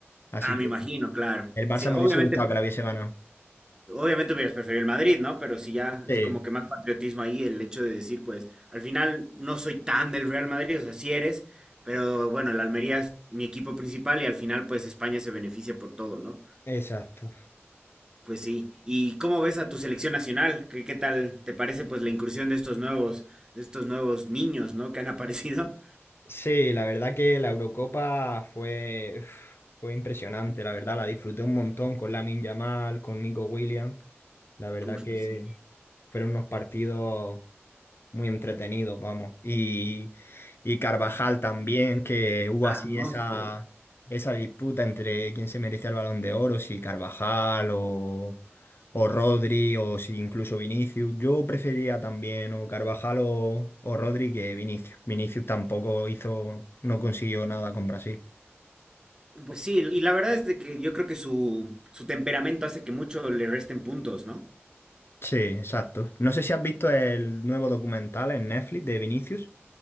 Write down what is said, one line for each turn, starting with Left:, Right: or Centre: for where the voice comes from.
Left: Así
Right: Ah, me
Left: que
Right: imagino, claro.
Left: el Barça
Right: Sí, obviamente
Left: me hubiese gustado que la hubiese ganado.
Right: Obviamente hubieras preferido el Madrid, ¿no? Pero si ya
Left: Sí,
Right: es como que más patriotismo ahí el hecho de decir, pues, al final no soy tan del Real Madrid, o sea, sí eres, pero bueno, el Almería es mi equipo principal y al final, pues, España se beneficia por todo, ¿no?
Left: exacto.
Right: Pues sí. ¿Y cómo ves a tu selección nacional? ¿Qué, qué tal te parece, pues, la incursión de estos nuevos, de estos nuevos niños, ¿no? Que han <laughs> aparecido.
Left: Sí, la verdad que la Eurocopa fue, uf, fue impresionante, la verdad, la disfruté un montón con Lamin Yamal, con Nico Williams. La verdad
Right: Pues,
Left: que
Right: pues sí.
Left: Fueron unos partidos muy entretenidos, vamos. Y, y Carvajal también, que hubo
Right: Ah,
Left: así
Right: monstruo.
Left: esa, esa disputa entre quién se merecía el Balón de Oro, si Carvajal o, o Rodri o si incluso Vinicius. Yo prefería también o Carvajal o, o Rodri que Vinicius. Vinicius tampoco hizo, no consiguió nada con Brasil.
Right: Pues sí, y la verdad es de que yo creo que su, su temperamento hace que mucho le resten puntos, ¿no?
Left: Sí, exacto. No sé si has visto el nuevo documental en Netflix de Vinicius.